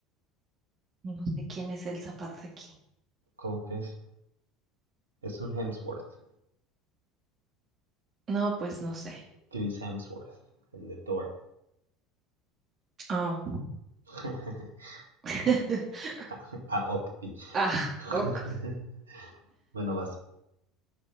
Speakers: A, on the right (about 35°); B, on the right (about 85°).
A: No sé quién es el zapato aquí.
B: ¿Cómo que es? Es un Hemsworth,
A: No, pues no sé.
B: Chris Hemsworth, el de Thor.
A: Oh.
B: <laughs>
A: <laughs>
B: a, a Octi.
A: Ah, ok.
B: <laughs> bueno, vas.